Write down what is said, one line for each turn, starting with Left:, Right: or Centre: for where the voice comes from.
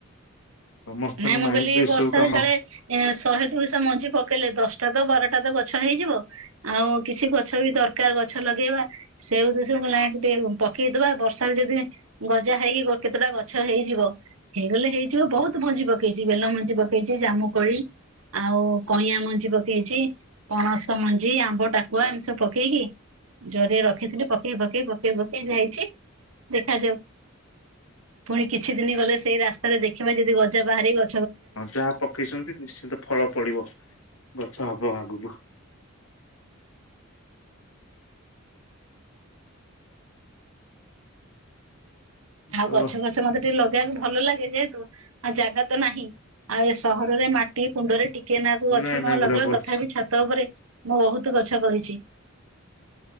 Left: ସମସ୍ତଙ୍କ
Right: ନାଇଁ ମୁଁ
Left: ମାଇଣ୍ଡରେ
Right: କହିଲି
Left: ଏସବୁ
Right: ବର୍ଷାରେ
Left: କାମ
Right: କାଳେ ଏ ଶହେ ଦୁଇଶହ ମଞ୍ଜି ପକେଇଲେ ଦଶଟା ତ ବାରଟା ତ ଗଛ ହେଇଯିବ। ଆଉ କିଛି ଗ ଗଛ ବି ଦରକାର ଗଛ ଲଗେଇବା। ସେ ଉଦ୍ଦେଶ୍ୟ ରେ ମୁଁ ନାଇ ଟିକେ ପକେଇଦବା। ବର୍ଷାରେ ଯଦି ଗଜା ହେଇକି କେତେଟା ଗଛ ହେଇଯିବ। ହେଇଗଲେ ହେଇଯିବ ବହୁତ୍ ବହୁତ୍ ମଞ୍ଜି ପକେଇଚି। ବେଲ ମଞ୍ଜି ପକେଇଚି ଜାମୁକୋଳି ଆଉ କଇଁଆ ମଞ୍ଜି ପକେଇଚି। ପଣସ ମଞ୍ଜି, ଆମ୍ବ ଟାକୁଆ ଏମିତି ସବୁ ପକେଇକି ଜରିରେ ରଖିଥିଲି ପକେଇ ପକେଇ ପକେଇ ପକେଇ ଯାଇଛି। ଦେଖାଯାଉ। ପୁଣି କିଛି ଦିନ ଗଲେ ସେଇ ରାସ୍ତାରେ ଦେଖିବା ଯଦି ଗଜା ବାହାରି ଗ
Left: ହଁ ଯାହା ପକେଇଛନ୍ତି ନିଶ୍ଚିନ୍ତ ଫଳ ଫଳିବ। ଗଛ ହବ ଆଗକୁ।
Right: ଆଉ
Left: ତ
Right: ଗଛ ଫଛ ମତେ ଟିକେ ଲଗ ଇବାକୁ ଭଲ ଲାଗେ ଯେହେତୁ, ଆଉ ଜାଗା ତ ନାହିଁ। ଆଉ ସହରରେ ମାଟି କୁଣ୍ଡରେ ଟି କେନାକୁ ଗଛ
Left: ନାଇଁ
Right: କଣ
Left: ନାଇଁ ଭଲ
Right: ଲଗେଇବ।
Left: ଭଲ
Right: ତଥାପି ଛାତ ଉପରେ ମୁଁ ବହୁତ ଗଛ କରିଛି।